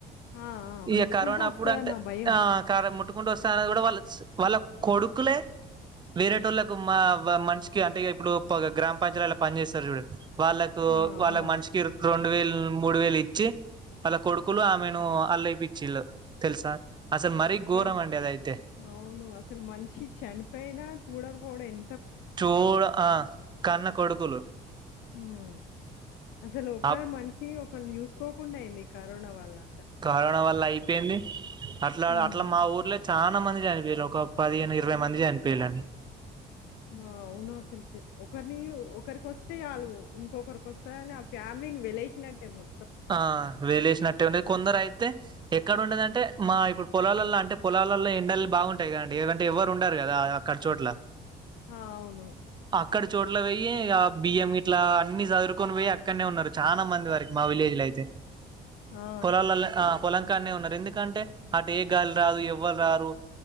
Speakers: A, on the left; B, on the right.
A: ఆ! ఆ!
B: ఇగ
A: ముట్టుకుంటే
B: కరోనప్పుడు
A: వస్తదన్న
B: అంటే
A: భయం.
B: ఆ కారం ముట్టుకుంటా వస్తాన్నది గుడా వాళ్ళస్ వాళ్ళ కొడుకులే వేరే టోళ్లకు మా మనిషికి అంటే ఇప్పుడు పగ గ్రామ పంచాయతిలల్ల పని చేస్తరు చూడండి. వాళ్ళకు
A: ఆ!
B: వాళ్ళక్
A: ఆ!
B: మనిషికి రెండు వేలు మూడు వేలు ఇచ్చి వాళ్ళ కొడుకులు ఆమెను అల్లఎపిచ్చిళ్ళు తెలుసా అసలు మరీ ఘోరం
A: కనీ
B: అండి అదయితే
A: అవును అసలు మనిషి చనిపోయినా చూడకపోవడేం
B: చూడ ఆ కన్న కొడుకులు
A: మ్మ్ అసలు ఒకరు
B: ఆ
A: మనిషి ఒకల్ని చూసుకోకుండయింది కరోనా వల్ల అసలు.
B: కరోనా వల్ల అయిపోయింది అట్ల
A: హ్మ్.
B: అట్ల మా ఊర్లే చానా మంది చనిపోయిర్రు ఒక పదిహేను, ఇరవై మంది చనిపోయలండి.
A: ఆ అవును అసల్కి ఒకరిని ఒకరికొస్తే చాలు ఇంకొకరికొస్తదని ఫ్యామిలీని వెలేషినట్టే మొ
B: ఆ వేలేసినట్టే ఉండేది కొందరు అయి అయితే ఎక్కడ ఉండెదంటే మా ఇప్పుడు పొలాలల్లో అంటే పొలాలల్లో ఎండల్ బాగుంటయి కదండి లేదంటే ఎవరు ఉండరు. లేదా అది అక్కడ్ చోట్ల
A: ఆ అవును
B: ఇక్కడ చోట్ల పోయి ఆ బియ్యం గిట్లా అన్ని సదురుకొని పోయి అక్కడ్నే ఉన్నరు చానా మంది వరకి మా విలేజ్ ఎట్లాయితే
A: ఆ!
B: పొల్లాల ఆ కాన్నే ఉన్నరు ఎందుకంటే అటు ఏ గాల్ రాదు ఎవ్వల్ రారు.